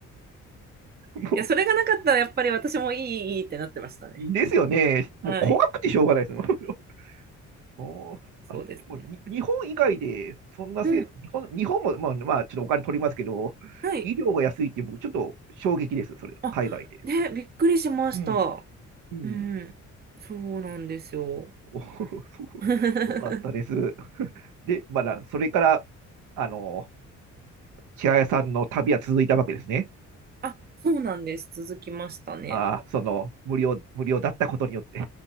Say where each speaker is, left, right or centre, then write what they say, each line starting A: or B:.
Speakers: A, on the right; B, on the right.
A: も
B: いや、それがなかったら、やっぱり私もいい、いいいいってなってましたね。
A: う、ですよね。
B: はい、
A: もう怖くてしょうがないですよ。<laughs> おーあ、
B: そうですね。
A: でもに日本以外で、そんなせ、
B: うん、
A: 日本、日本も、まあ、まあ、ちょっとお金取りますけど、
B: はい。
A: 医療が安いって、僕、ちょっと衝撃です、それ、
B: あ、
A: 海外で。
B: ね、びっくりしました。
A: うん。うん。
B: うん、そうなんですよ。
A: <laughs> おーそう
B: <laughs>
A: よかったです。で、まだ、それから、あの、千早さんの旅は続いたわけですね。
B: あ、そうなんです。続きましたね。
A: ああ、その、無料、無料だったことによって。